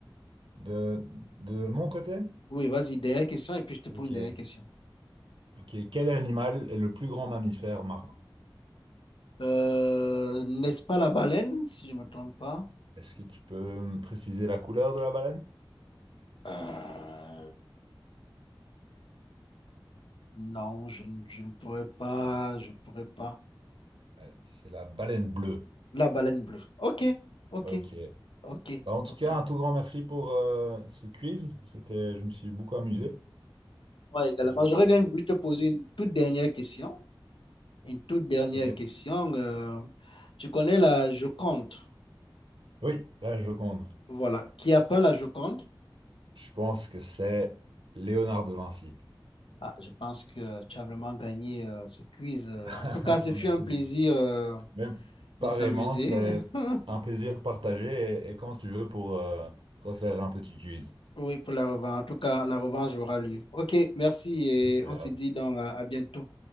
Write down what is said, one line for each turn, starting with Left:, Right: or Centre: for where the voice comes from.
Right: De, de mon côté?
Left: Oui, vas-y, dernière question et puis je te
Right: Ok.
Left: pose une dernière question.
Right: Ok. Quel animal est le plus grand mammifère marin?
Left: Euh, n'est-ce pas la baleine, si je ne me trompe pas?
Right: Est-ce que tu peux me préciser la couleur de la baleine?
Left: Euh, non, je, ne je ne pourrais pas,
Right: Ouais,
Left: je pourrais pas.
Right: ouais, C'est la baleine bleue.
Left: La baleine bleue. Ok, ok,
Right: Ok.
Left: ok,
Right: Bah, en tout
Left: ok.
Right: cas, un tout grand merci pour euh, ce quiz. C'était, je me suis beaucoup amusé.
Left: Moi également,
Right: J'ai
Left: j'aurais
Right: appris.
Left: bien voulu te poser une toute dernière question. Une toute dernière
Right: Ok.
Left: question. euh, tu connais la Joconde,
Right: Oui, là, je compte.
Left: voilà. Qui a peint la Joconde?
Right: Je pense que c'est Léonard de Vinci.
Left: Ah, je pense que tu as vraiment gagné euh, ce quiz. euh.
Right: <laughs>
Left: En tout cas, ce fut
Right: Merci
Left: un plaisir
Right: beaucoup.
Left: euh,
Right: Mais pareillement,
Left: de s'amuser.
Right: c'est
Left: <laughs>
Right: un plaisir partagé et, et quand tu veux pour euh, refaire un petit quiz.
Left: Oui, pour la revanche. En tout cas, la revanche aura lieu. OK, merci et
Right: J'ai
Left: on se
Right: hâte.
Left: dit donc euh, à bientôt.